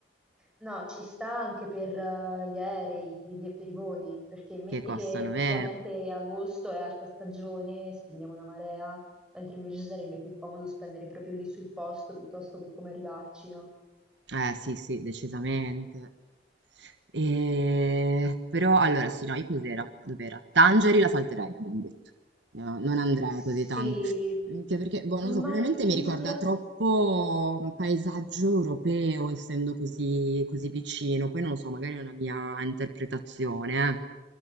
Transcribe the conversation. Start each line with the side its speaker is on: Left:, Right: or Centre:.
Centre: No, ci sta anche per eh, gli aerei, per i, vi- per i voli, perché metti
Right: che costano
Centre: che effettivamente
Right: meno.
Centre: agosto è alta stagione, spendiamo una marea, mentre invece sarebbe più comodo spendere proprio lì sul posto piuttosto che come arrivarci, no?
Right: Eh sì, sì, decisamente. E... Però allora sì, no, io cos'era? Dov'era? Tangeri la salterei, abbiamo detto. No, non andrei
Centre: Sì,
Right: così tanto. Anche perché, boh,
Centre: Ma
Right: non so, probabilmente
Centre: mi
Right: mi ricorda
Centre: ispira.
Right: troppo un paesaggio europeo, essendo così, così vicino. Poi non lo so, magari è una mia interpretazione.